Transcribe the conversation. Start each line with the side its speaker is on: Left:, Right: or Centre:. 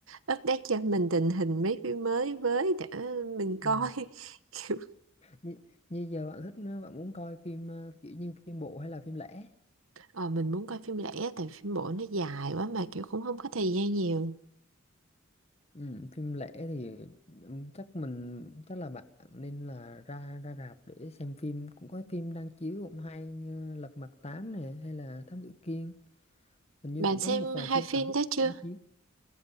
Right: ờ, update cho mình tình hình mấy phim mới với để mình coi.
Left: Ừ.
Right: <laughs> Kiểu,
Left: Như, như giờ bạn thích ờ, bạn muốn coi phim ờ, kiểu như phim bộ hay là phim lẻ?
Right: ờ, mình muốn coi phim lẻ tại phim bộ nó dài quá mà kiểu cũng không có thời gian nhiều.
Left: Ừ, phim lẻ thì ừm, chắc mình chắc là bạn nên là ra ra rạp để xem phim cũng có phim đang chiếu cũng hay như Lật Mặt 8 này hay là Thám Tử Kiên hình như
Right: Bạn
Left: cũng
Right: xem
Left: có một vài
Right: hai
Left: phim
Right: phim
Left: Hàn Quốc
Right: đó chưa?
Left: đang chiếu